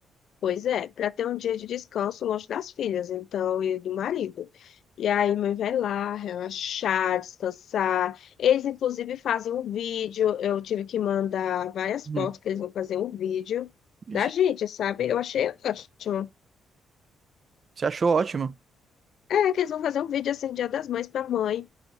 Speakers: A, on the left; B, on the right.
A: Pois é, para ter um dia de descanso longe das filhas, então, e do marido. E aí, mãe vai lá relaxar, descansar. Eles, inclusive, fazem um vídeo. Eu tive que mandar várias
B: Uhum.
A: fotos que eles vão fazer um vídeo
B: Vixe,
A: da gente, sabe? Eu achei ótimo.
B: Você achou ótimo?
A: É, que eles vão fazer um vídeo assim, Dia das Mães para mãe.